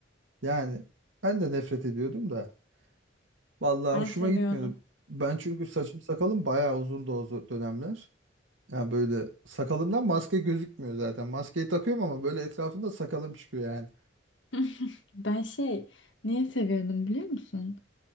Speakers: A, on the right (about 80°); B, on the left (about 75°).
A: Yani ben de nefret ediyordum da. Vallahi
B: Ben
A: hoşuma
B: seviyorum.
A: gitmiyordu. Ben çünkü saçım sakalım bayağı uzundu o zo- dönemler. Yani böyle sakalımdan maske gözükmüyor zaten. Maskeyi takıyorum ama böyle etrafında sakalım çıkıyor yani.
B: <laughs> Ben şey niye seviyordum biliyor musun?